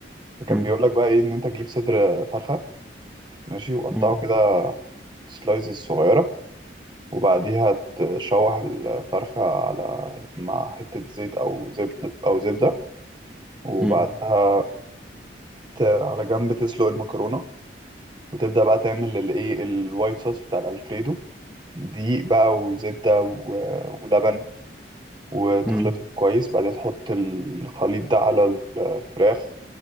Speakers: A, on the right; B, in the centre.
A: فكان
B: مم،
A: بيقول لك بقى إيه إن أنت تجيب صدر فرخة ماشي وقطعه
B: مم،
A: كده سلايزز صغيرة وبعديها تشوح الفرخة على مع حتة زيت أو زبدة أو زبدة وبعدها
B: مم،
A: ت- على جنب تسلق المكرونة وتبدأ بقى تعمل الإيه الوايت صوص بتاع الألفريدو دقيق بقى وزبدة و- ولبن وتخلطهم
B: مم،
A: كويس بعدين تحط الخليط ده على الفراخ